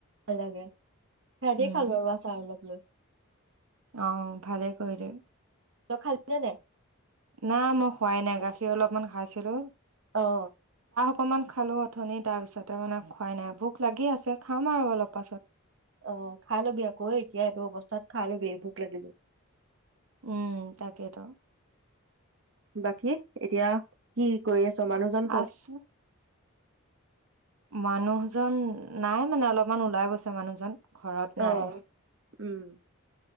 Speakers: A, on the right; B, on the right.
A: লাগে সেহতে
B: উম,
A: খাল বাৰু আছা আৰু লগ লৈ
B: অ ভালে কৰিলে
A: তই খাইছিলি নে
B: নাই মই খোৱাই নাই গাখীৰ অলপমান খাইছিলোঁ
A: অ
B: অকমান খালো অথনি তাৰ পিছতে মানে খোৱাই নাই ভোক লাগি আছে খাম আৰু অলপ পাছত
A: অ খাই ল'বি আকৌ এতিয়া এইটো অৱস্থাত খাই ল'বি ভোক লাগিলি
B: উম তাকেইতো
A: বাকী এতিয়া কি কৰি আছো মানুহজন কত?
B: আছো মানুহজন নাই মানে অলপমান ওলাই গৈছে মানুহজন ঘৰত নাই
A: আহ উম